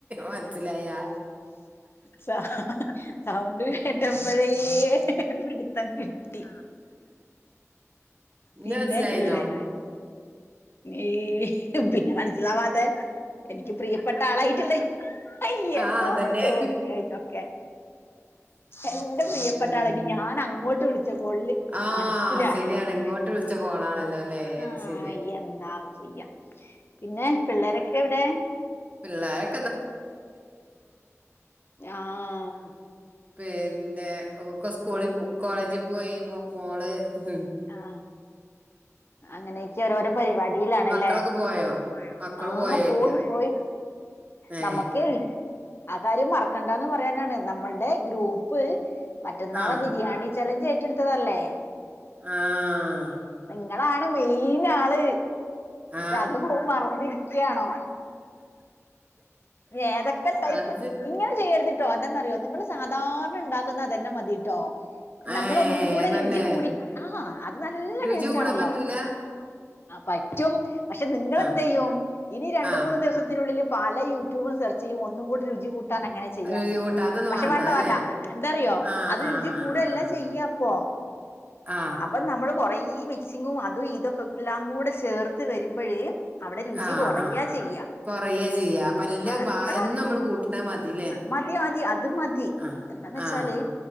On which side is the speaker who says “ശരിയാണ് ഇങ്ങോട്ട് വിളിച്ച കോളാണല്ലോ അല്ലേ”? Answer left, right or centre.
Right